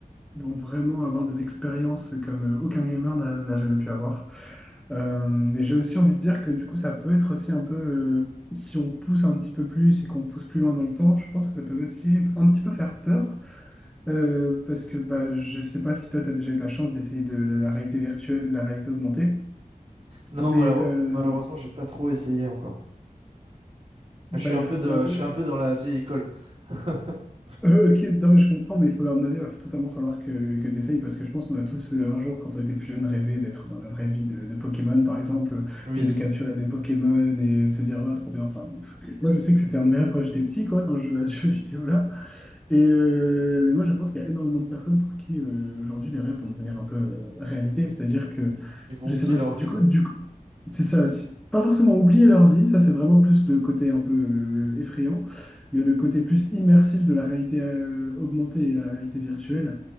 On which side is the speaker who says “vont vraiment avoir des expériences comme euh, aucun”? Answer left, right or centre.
Centre